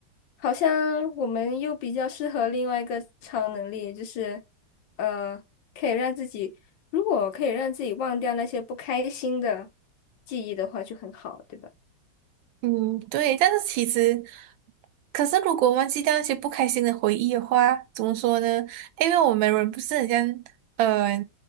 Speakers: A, on the left; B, on the right.
A: 好像我们又比较适合另外一个超能力，就是呃，可以让自己，如果可以让自己忘掉那些不开心的记忆的话，就很好，对吧？
B: 嗯，对，但是其实，可是如果忘记掉那些不开心的回忆的话，怎么说呢？因为我们人不是很像，呃，